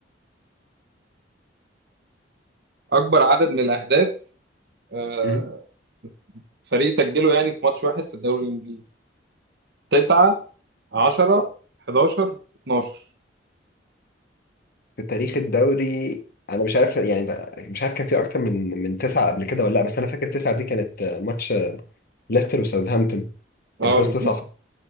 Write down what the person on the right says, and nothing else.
اكبر عدد من الاهداف آه،
فريق سجله يعني في ماتش واحد في الدوري الانجليزي 9 10 11 12
اه
بالظبط